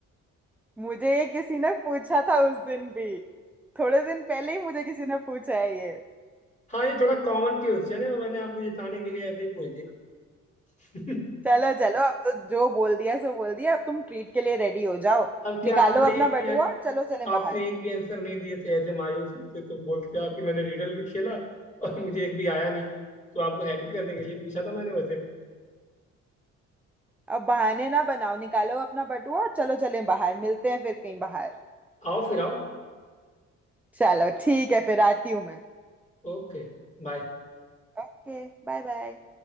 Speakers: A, in the centre; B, on the left.
A: मुझे ये किसी ने पूछा था उस दिन भी थोड़े दिन पहले ही मुझे किसी ने पूछा है ये
B: हाँ ये थोड़ा कॉमन क्वेश्चन है मैंने आपको जिताने के लिए ऐसे ही पूछ दिया <laughs>
A: चलो चलो अब तो जो बोल दिया सो बोल दिया अब तुम ट्रीट के लिए रेडी हो जाओ
B: अब क्या
A: निकालो
B: आपने
A: अपना
B: एक भी
A: बटुआ और चलो चलें
B: आपने
A: बाहर
B: एक भी आंसर नहीं दिए थे एज ए मायूस थे तो बोलते आप कि मैंने रीडल भी खेला और मुझे एक भी आया नहीं तो आपको हैप्पी करने के लिए पूछा था मैंने वैसे
A: अब बहाने ना बनाओ निकालो अपना बटुआ और चलो चलें बाहर मिलते हैं फिर कहीं बाहर
B: आओ फिर आओ
A: चलो ठीक है फिर आती हूँ मैं
B: Okay bye
A: Okay bye bye